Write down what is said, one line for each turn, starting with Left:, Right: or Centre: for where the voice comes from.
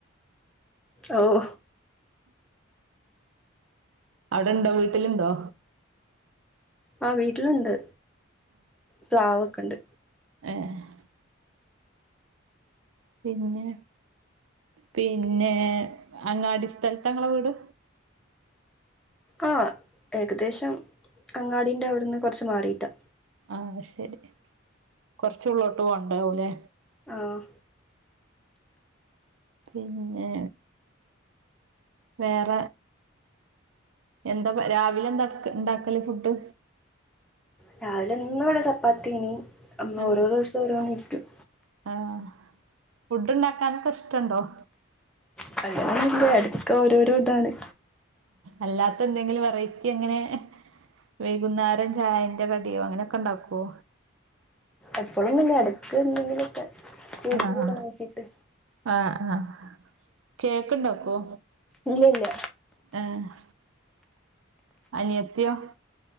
Centre: അവൂ
Right: അവ്ടണ്ടൊ വീട്ടിലുണ്ടോ
Centre: ആഹ് വീട്ട്ല്ണ്ട് പ്ലാവൊക്കണ്ട്
Right: ഏഹ് പിന്നെ പിന്നേ അങ്ങാടി സ്ഥല്ത്ത ഇങ്ങള വീട്
Centre: ആഹ് ഏകദേശം അങ്ങാടീൻ്റെ അവ്ട്ന്ന് കൊറ്ച്ച് മാറീട്ടാ
Right: ആഹ് അയ്ശരി കൊറ്ച്ചുള്ളോട്ട് പോവാണ്ടാവുലേ
Centre: ആഹ്
Right: പിന്നേ വേറ എന്ത രാവിലെ എന്ത ഇണ്ടാക്കല് ഫുഡ്ഡ്
Centre: രാവിലെ ഇന്ന്വ്ടെ ചപ്പാത്തി
Right: ആഹ്
Centre: ഓരോ ദിവസം ഓരോന്നി‌ര്ക്കും
Right: ആഹ് ഫുഡ്ഡ് ഇണ്ടാക്കാനൊക്ക ഇഷ്ട്ടണ്ടൊ-
Centre: നല്ലോണം ഒന്ന് ഇല്ല എടക്ക് ഓരോരൊ ഇതാണ്
Right: അല്ലാത്ത എന്തെങ്കിലും വെറൈറ്റി അങ്ങനേ വൈകുന്നേരം ചായന്റ കടിയോ അങ്ങനെക്ക ഇണ്ടാക്കോ
Centre: എപ്പളും ഒന്നും ഇല്ല എടക്ക് എന്തെങ്കിലൊക്കെ യൂട്യൂബൊക്കെ
Right: ആഹ്
Centre: നോക്കിട്ട്
Right: ആഹ് ആഹ് കേക്ക്ണ്ടോ ഇപ്പൊ
Centre: ഇല്ല ഇല്ല
Right: ഏഹ് അനിയത്തിയോ